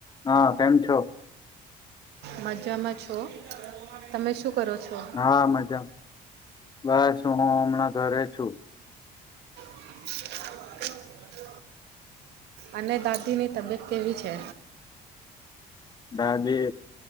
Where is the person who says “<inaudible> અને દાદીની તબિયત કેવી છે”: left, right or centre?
Right